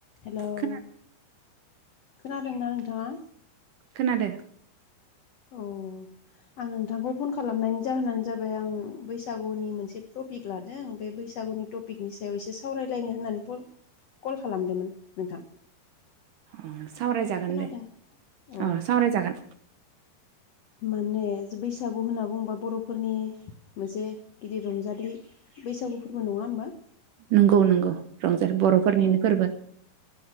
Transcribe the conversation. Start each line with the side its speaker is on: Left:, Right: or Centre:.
Left: Hello.
Right: खोना
Left: खोनादोंना नोंथाङा?
Right: खोनादों।
Left: अ आं नोंथांखौ फन खालामनायनि जाहोनानो जाबाय आं बैसागुनि मोनसे टपिक लादों बे बैसागुनि टपिकनि सायाव एसे सावरायलायनो होननानै फन कल खालामदोंमोन नोंथां।
Right: अ सावरायजागोन
Left: खोनादों
Right: दे
Left: औ
Right: अ सावरायजागोन।
Left: माने बैसागु होनना बुंङोबा बर'फोरनि मोनसे गिदिर रंजालि बैसागु फोरबो नङा होमबा?
Right: नंगौ नंगौ। रंजाथ बर'फोरनिनो
Left: औ
Right: फोरबो।